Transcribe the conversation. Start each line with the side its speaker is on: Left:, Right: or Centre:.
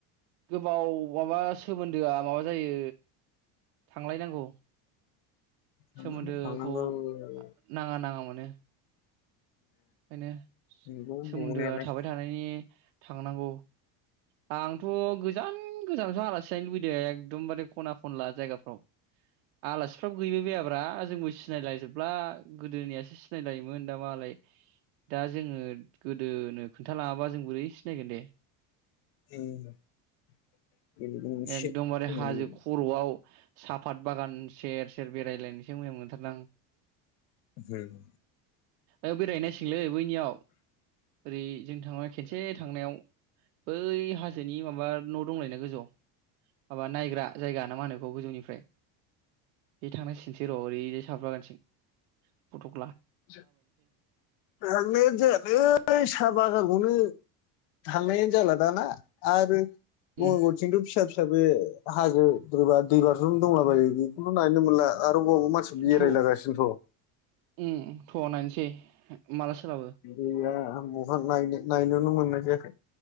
Right: गोबाव माबा सोमोन्दोआ माबाजायो थांलायनांगौ।
Left: थांनानै
Right: सोमोन्दो
Left: थांनांगौ
Right: खौ
Left: होनना
Right: नाङा नाङामोन नो खायनो सोमोन्दोआ
Left: नंगौ नंनायालाय
Right: थाबाय थानायनि थांनांगौ। आंथ गोजान जानावसो आलासिजाहैनोलुगैदो एकदमबारे खना खनला जायगाफ्राव आलासिफ्राबो गैबायबायाब्रा जोंबो सिनायलायजोब ब्ला गोदोनियासो सिनायलायोमोन दामालाय दा जोङोद गोदोनो खोन खोनथा लाङाबा जों बोरै सिनायगोन दे
Left: <unintelligible>
Right: एकदमबारे हाजो खर'आव साफात बागान सेर सेर बेरायलायनोसो मोजां मोनथारदां।
Left: होम
Right: ओ बेरायहैनांसिगोनलै बैनियाव ओरै जों थांना खेनसे थांनायाव बै हाजोनि माबा न दंलायोना गोजौआव माबा नायग्रा जायगा ना मा होनो गोजौनिफ्राय इथ थांनांसिगोनसोर ओरैजाय साफात बागानथिं फटक
Left: सोद हांनाय जायालै साहा बागानखौनो थांनायानो जाला दाना आरो बङायगावथिंथ
Right: उम
Left: फिसा फिसाबो। हाजो दोबा दै बाज्रुम दंलाबायो बेखौनो नायनो मोनला। आरो अबा अबा मानसि बेरायलागासिनोथ।
Right: थ' उम थ नायनोसै। माला सोलाबो
Left: <unintelligible> नायनो नायनोल मोननाय जायाखै